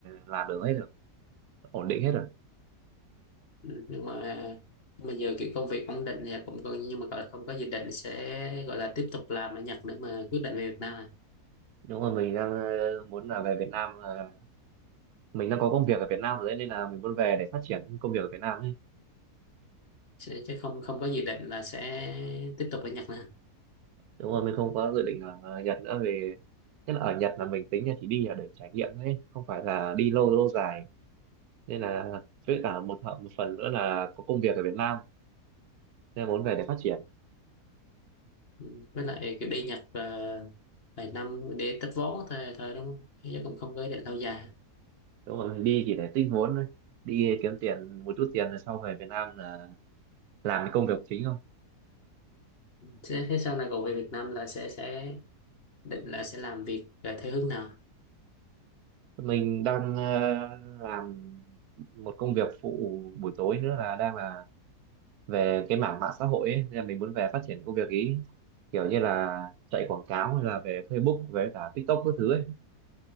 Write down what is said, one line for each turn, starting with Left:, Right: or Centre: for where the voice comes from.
Right: làm được hết được ổn định hết rồi
Left: Ừ, nhưng mà nhưng mà giờ kiểu công việc ổn định thì cũng coi nhưng mà gọi là không có dự định sẽ gọi là tiếp tục làm ở Nhật nữa mà quyết định về Việt Nam à
Right: đúng rồi mình đang ờ, muốn là về Việt Nam là mình đang có công việc ở Việt Nam rồi đấy, nên là mình muốn về để phát triển công việc ở Việt Nam ấy.
Left: sẽ, chứ không không có dự định là sẽ tiếp tục ở Nhật nữa à?
Right: đúng rồi mình không có dự định ở Nhật nữa vì nhất là ở Nhật là mình tính là chỉ đi là để trải nghiệm thôi ấy, không phải là đi lâu lâu dài nên là với cả một thợ một phần nữa là có công việc ở Việt Nam nên là muốn về để phát triển
Left: ừ. với lại kiểu đi Nhật ờ, vài năm để tích vốn thôi thôi đúng không chứ cũng không có ý định lâu dài
Right: đúng rồi mình đi chỉ để tích vốn thôi đi kiếm tiền một chút tiền rồi sau về Việt Nam là làm cái công việc chính thôi
Left: thế, thế sau này cậu về Việt Nam là sẽ sẽ định là sẽ làm việc ờ, theo hướng nào
Right: mình đang ờ, làm một công việc phụ buổi tối nữa là đang là về cái mảng mạng xã hội ấy, nên là mình muốn về phát triển công việc ý kiểu như là chạy quảng cáo hay là về Facebook về cả TikTok các thứ ấy